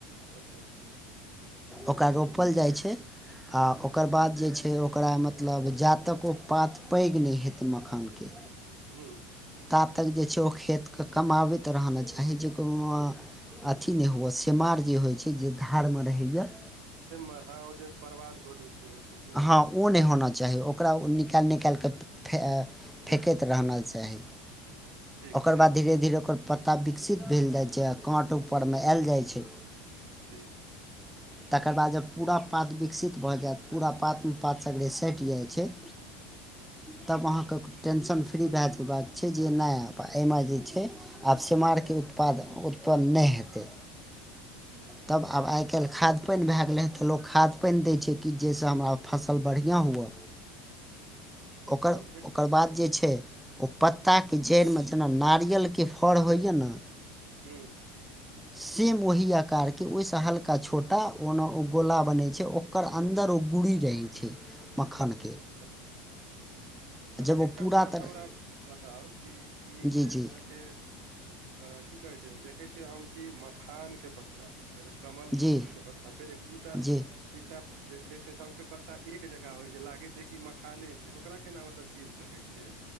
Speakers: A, on the right; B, in the centre.
A: अच्छा- -
B: ओकरा रोपल जाइ छै आ ओ- - ओकर बाद जे छै ओकरा मतलब जातक ओ पात पैघ नहि हेतै मखानके
A: हू
B: कातल जे छै ओ खेतक कमभावेत रहा मे चही जे को मा अथी नइ हुअ सेमार जे होइ छै जे घारमे रहै इये
A: सेमर हओ जे बर्बाद कऽ दै छै ओथीके
B: हँ ओ नयि होना चाही ओकरा निकाइल निकाइलके फ-ए
A: से
B: फेकैत
A: कहबो
B: रहना
A: हँ
B: चाही
A: ठीक
B: ओकर
A: ठीक
B: बाद धीरे धीरे ओकर पत्ता विकसित भेल जाइ छै आ काँट ऊपरमे आयल जाइ छै।
A: ठीक।
B: तकर बाद जब पूरा पात विकसित भ जेत पूरा पातमे पात सगें सइट जाइ छै‌।
A: <inaudible>
B: तब अहाँक क टेंशन फ्री रहेत हे भय। छै जे ना पा एमे जे छै आब सेमारके
A: हूँ
B: उत्पाद उत्पन्न नइ हेतै। तब आब आइ कैल खाद पइन भए गेलै हँ तऽ लोक खाद पाइन दै छै कि जे सँ हमरा फसल बढ़िआँ हुअ।
A: <inaudible>
B: ओकर -
A: एक
B: ओकर बाद जे छै ओ पत्ताके जइड़मे जेना नारियलके फर होइए न
A: हम्म
B: सेम ओही आकार के ओइ सँ हल्का, छोटा ओना ओ गोला बनै छै ओकर अन्दर ओ गुड़ी रहै छै। मखाने
A: अच्छा अच्छा
B: जब
A: एकटा
B: ओ पूरा
A: बात
B: तरह
A: हमरा बताउ कि ई
B: जी
A: जे अहाँके
B: जी
A: अ की कहे छै देखै छियै हम कि मखान के पत्ता फेर कमल फूल
B: जी
A: के पत्ता, फेर एक दूटा
B: जी
A: तीनटा जे छै से सबके पत्ता एक जेका होइ छै लागै छै कि मखाने छै, ओकरा केना मतलब चिन्ह सकैऽ छियै?